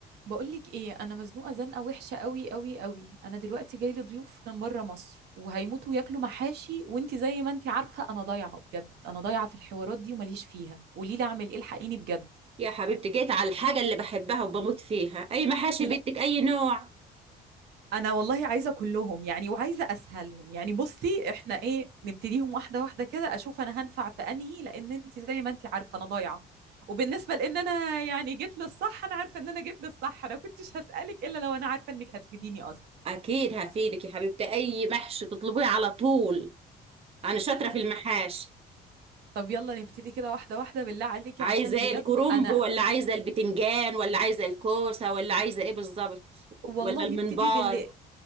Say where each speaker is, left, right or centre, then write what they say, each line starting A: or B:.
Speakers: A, on the right; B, on the right.
A: بقولك ايه انا مزنوقه زنقه وحشه قوي قوي قوي انا دلوقتي جاي لي ضيوف من بره مصر وهيموتوا ياكلوا محاشي وانتي زي ما انتي عارفه انا ضايعه بجد انا ضايعه في الحوارات دي ومليش فيها قولي لي اعمل ايه الحقيني بجد
B: يا حبيبتي جيت على الحاجة اللي بحبها وبموت فيها أي محاشي
A: لا
B: بدك أي نوع
A: انا والله عايزه كلهم يعني وعايزه اسهلهم يعني بصي احنا ايه نبتديهم واحده واحده كده اشوف انا هنفع في انهي لان انت زي ما انت عارفه انا ضايعه وبالنسبه لان انا يعني جيت للصح انا عارفه ان انا جيت للصح انا كنتش هسالك الا لو انا عارفه انك هتفيديني اصلا
B: أكيد هفيدك يا حبيبتي أي محشي تطلبيه على طول أنا شاطرة في المحاشي
A: طب يلا نبتدي كده واحدة واحدة بالله عليكي
B: عايزة
A: عشان
B: إيه
A: بجد
B: الكرنب
A: أنا
B: ولا عايزة البتنجان ولا عايزة الكوسة ولا عايزة إيه بالظبط
A: والله
B: ولا المنبار
A: ابتدي باللي